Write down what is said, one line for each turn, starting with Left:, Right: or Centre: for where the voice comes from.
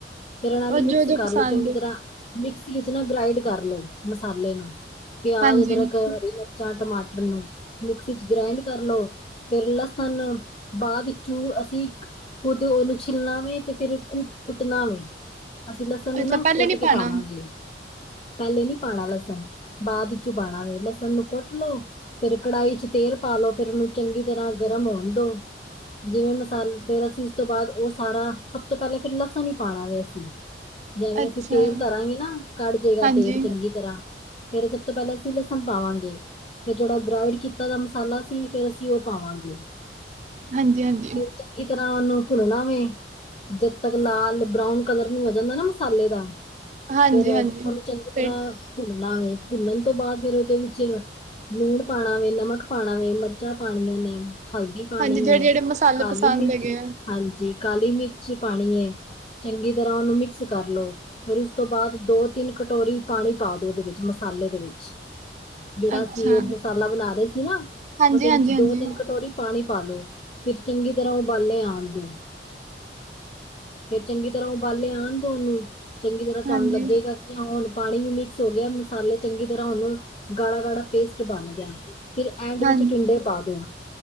Left: ਫਿਰ ਇਹਨਾਂ
Right: ਉਹ
Left: ਨੂੰ ਮਿਕਸ
Right: ਜੋ ਜੋ
Left: ਕਰਲੋ
Right: ਪਸੰਦ
Left: ਚੰਗੀ
Right: ਏ,
Left: ਤਰ੍ਹਾਂ। ਮਿਕਸੀ ਇਚ ਨਾ ਗਰਾਇੰਡ ਕਰ ਲਓ, ਮਸਾਲੇ ਨੂੰ, ਪਿਆਜ,
Right: ਹਾਂਜੀ
Left: ਅਦਰਕ, ਹਰੀ ਮਿਰ ਚਾਰ ਟਮਾਟਰ ਨੂੰ, ਮਿਕਸੀ 'ਚ ਗਰਾਇੰਡ ਕਰ ਲਓ। ਫਿਰ ਲਸਣ ਬਾਅਦ ਚੂ ਅਸੀਂ ਖੁਦ ਉਹਨੂੰ ਛਿਲਨਾ ਵੇ। ਤੇ ਫਿਰ ਕੁਟ ਕੁੱਟਣਾ ਵੇ, ਅਸੀਂ ਲਸਣ ਨੂੰ
Right: ਅੱਛਾ
Left: ਨਾ
Right: ਪਹਿਲੇ
Left: ਕੁੱਟ
Right: ਨੀ
Left: ਕੇ
Right: ਪਾਣਾ?
Left: ਪਾਵਾਂਗੇ। ਪਹਿਲੇ ਨੀ ਪਾਣਾ ਲਸਣ, ਬਾਅਦ ਵਿੱਚੋਂ ਪਾਣਾ ਵੇ, ਲਸਣ ਨੂੰ ਕੁੱਟ ਲੋਓ। ਫਿਰ ਕੜਾਈ 'ਚ ਤੇਲ ਪਾ ਲਓ, ਫਿਰ ਉਹਨੂੰ ਚੰਗੀ ਤਰ੍ਹਾਂ ਗਰਮ ਹੋਣ ਦੋ, ਜਿਵੇਂ ਮਸਾਲ ਫੇਰ ਅਸੀਂ ਤੋਂ ਬਾਅਦ ਉਹ ਸਾਰਾ, ਸਭ ਤੋਂ ਪਹਿਲੇ ਫਿਰ ਲਸਣ ਹੀ ਪਾਣਾ ਵੇ ਅਸੀਂ। ਜਿਵੇਂ
Right: ਅੱਛਾ,
Left: ਅਸੀਂ ਤੇਲ ਧਰਾਂਗੇ ਨਾ, ਕੱਢ ਜੇਗਾ
Right: ਹਾਂਜੀ,
Left: ਤੇਲ ਚੰਗੀ ਤਰ੍ਹਾਂ। ਫੇਰ ਸਭ ਤੋਂ ਪਹਿਲਾਂ ਅਸੀਂ ਲਸਣ ਪਾਵਾਂਗੇ, ਫਿਰ ਜਿਹੜਾ ਗਰਾਇੰਡ ਕੀਤਾ ਦਾ ਮਸਾਲਾ ਸੀ ਫੇਰ ਅਸੀਂ ਓ ਪਾਵਾਂਗੇ,
Right: ਹਾਂਜੀ ਹਾਂਜੀ,
Left: ਤੇ ਚੰਗੀ ਤਰ੍ਹਾਂ ਉਹਨੂੰ ਭੁਨਣਾ ਵੇ। ਜਦ ਤੱਕ ਲਾਲ ਬਰਾਉਨ ਕਲਰ ਨੀ ਹੋ ਜਾਂਦਾ ਨਾ ਮਸਾਲੇ ਦਾ।
Right: ਹਾਂਜੀ
Left: ਫਿਰ ਉਹਨੂੰ
Right: ਹਾਂਜੀ।
Left: ਚੰਗੀ
Right: ਫਿਰ
Left: ਤਰ੍ਹਾਂ ਭੁੰਨਨਾ ਵੇ, ਭੁੰਨਣ ਤੋਂ ਬਾਅਦ ਫਿਰ ਉਹਦੇ ਵਿੱਚ ਲੂਣ ਪਾਣਾ ਵੇ ਨਮਕ ਪਾਣਾ ਵੇ ਮਰ ਚਾ ਪਾਣੀਆਂ ਨੇ ਹਲਦੀ ਪਾਣੀ
Right: ਹਾਂਜੀ ਜਿਹੜੇ
Left: ਏ
Right: ਜਿਹੜੇ ਮਸਾਲੇ
Left: ਕਾਲੀ
Right: ਪਸੰਦ
Left: ਮਿਰਚ,
Right: ਹੈਗੇ ਆ,
Left: ਹਾਂਜੀ। ਕਾਲੀ ਮਿਰਚ ਪਾਣੀ ਏ ਚੰਗੀ ਤਰ੍ਹਾਂ ਉਹਨੂੰ ਮਿਕਸ ਕਰ ਲਓ। ਫਿਰ ਉਸ ਤੋਂ ਬਾਅਦ ਦੋ-ਤਿੰਨ ਕਟੋਰੀ ਪਾਣੀ ਪਾ ਦੋ ਉਹਦੇ ਵਿੱਚ, ਮਸਾਲੇ ਦੇ ਵਿੱਚ। ਜਿਹੜਾ
Right: ਅੱਛਾ।
Left: ਅਸੀਂ ਉਹ ਮਸਾਲਾ ਬਣਾ ਰਹੇ ਸੀ ਨਾ,
Right: ਹਾਂਜੀ
Left: ਉਹਦੇ
Right: ਹਾਂਜੀ
Left: ਵਿੱਚ
Right: ਹਾਂਜੀ,
Left: ਦੋ-ਤਿੰਨ ਕਟੋਰੀ ਪਾਣੀ ਪਾ ਲੋ ਫਿਰ ਚੰਗੀ ਤਰ੍ਹਾਂ ਉਬਾਲੇ ਆਣ ਦੋ। ਫੇਰ ਚੰਗੀ ਤਰ੍ਹਾਂ ਉਬਾਲੇ ਆਣ ਦੋ ਓਨੂੰ, ਚੰਗੀ ਤਰ੍ਹਾਂ ਤੁਹਾਨੂੰ
Right: ਹਾਂਜੀ
Left: ਲੱਗੇਗਾ। ਹੁਣ ਪਾਣੀ ਵੀ ਮਿਕਸ ਹੋ ਗਿਆ ਮਸਾਲੇ ਚੰਗੀ ਤਰ੍ਹਾਂ ਹੁਣ ਗਾੜਾ- ਗਾੜਾ ਪੇਸਟ ਬਣ ਗਿਆ। ਫਿਰ ਐਂਡ ਵਿੱਚ
Right: ਹਾਂਜੀ।
Left: ਟਿੰਡੇ ਪਾ ਦੋ,